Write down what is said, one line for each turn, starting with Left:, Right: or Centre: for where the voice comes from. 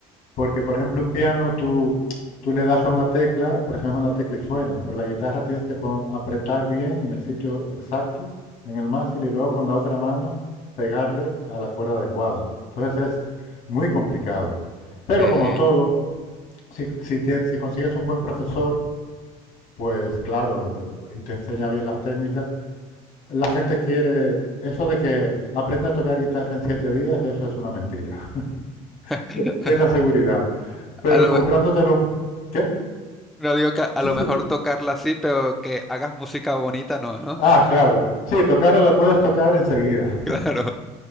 Left: porque, por ejemplo, un piano tú, tú le das a una tecla, presionas una tecla y suena, pero la guitarra tienes que pon- apretar bien en el sitio exacto, en el mástil, y luego con la otra mano pegarle a la cuerda adecuada. Entonces es muy complicado. Pero
Centre: Sí.
Left: como todo, si, si tien- si consigues un buen profesor, pues claro, eh, y te enseña bien las técnicas, la gente quiere, eso de que aprende a tocar guitarra en siete días, eso es una mentira. <laughs>
Centre: <laughs>
Left: Te- Ten la seguridad. Pero
Centre: A lo,
Left: currándotelo,
Centre: me-
Left: ¿qué?
Centre: no digo que a
Left: Sí,
Centre: lo
Left: sí.
Centre: mejor tocarla así, pero que hagas música bonita, no, ¿no?
Left: Ah,
Centre: <laughs>
Left: claro. Sí, tocarla la puedes tocar enseguida.
Centre: Claro,